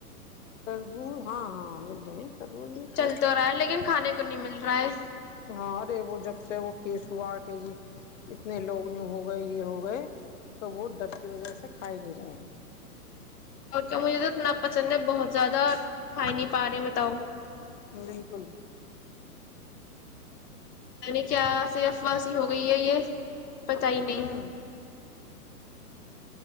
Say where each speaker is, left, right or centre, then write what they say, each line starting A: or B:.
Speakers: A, on the left (about 50°); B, on the left (about 75°).
A: تربوز ہاں ہاں مل رہے ہیں تربوز بھی
B: چل
A: خوب
B: تو رہا ہے لیکن کھانے کو نہیں مل رہا ہے
A: ہاں ارے وہ جب سے وہ کیس ہوا کہ جی کتنے لوگ یوں ہو گئے یہ ہو گئے تو وہ ڈر کی وجہ سے کھا ہی نہیں رہے
B: اور کیا مجھے تو اتنا پسند ہے بہت زیادہ کھائی نہیں پا رہے ہیں بتاؤ
A: بالکل
B: نی کیا سفواسی ہو گئی ہے یہ پتا ہی نہیں
A: ہوں